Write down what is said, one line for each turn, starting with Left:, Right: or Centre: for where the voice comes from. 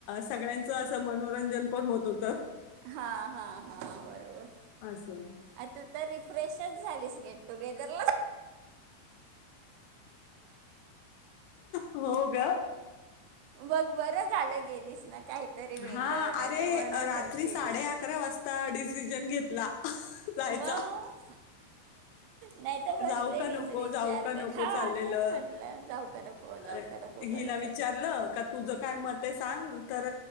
Left: सगळ्यांचं तं मनोरंजन पण होत हो
Right: हा हा हा बरोबर
Left: असं.
Right: आता तर रिफ्रेशच झालीस. गेट टुगेदरला.
Left: <inaudible> हो गं.
Right: मग बरं झालं गेलीस ना. काहीतरी वेगळं
Left: हा,
Right: नाही
Left: अरे
Right: तर म्हणत
Left: रात्री
Right: होतीस.
Left: साडे अकरा वाजता डिसिजन घेत ला. जायचा.
Right: मग नाही तर बसलेलीच
Left: जाऊ का नको,
Right: विचार
Left: जाऊ का
Right: कर
Left: नको
Right: हा,
Left: चाललेलं.
Right: तेच म्हटलं जाऊ का नको जाऊ
Left: अ
Right: का नको
Left: हिला
Right: करत
Left: विचारलं
Right: होतीस.
Left: का तुझं काय मत? ते सांग तर